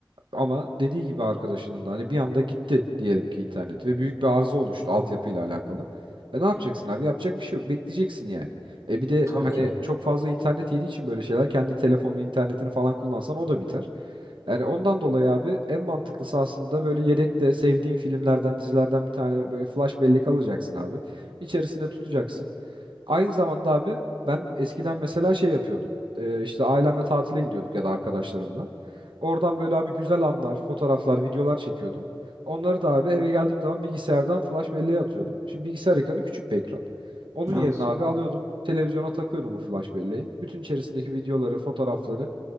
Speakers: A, on the right; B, on the right.
A: Ama dediği gibi arkadaşının da hani bir anda gitti diyelim ki internet ve büyük bir arıza oluştu altyapıyla alakalı. E ne yapacaksın abi? Yapacak bir şey yok. Bekleyeceksin yani. E bir de
B: Tabii
A: hani
B: ki.
A: çok fazla internet yediği için böyle şeyler kendi telefonunu, internetini falan kullansan o da biter. Yani ondan dolayı abi en mantıklısı aslında böyle yedekte sevdiğin filmlerden, dizilerden bir tane böyle flash bellek alacaksın abi. İçerisinde tutacaksın. Aynı zamanda abi ben eskiden mesela şey yapıyordum. Ee, işte ailemle tatile gidiyorduk ya da arkadaşlarımla. Oradan böyle abi güzel anlar, fotoğraflar, videolar çekiyordum. Onları da abi eve geldiğim zaman bilgisayardan flash belleğe atıyordum. Şimdi bilgisayar ekranı küçük bir ekran. Onun
B: Evet.
A: yerine abi alıyordum, televizyona takıyordum o flash belleği. Bütün içerisindeki videoları, fotoğrafları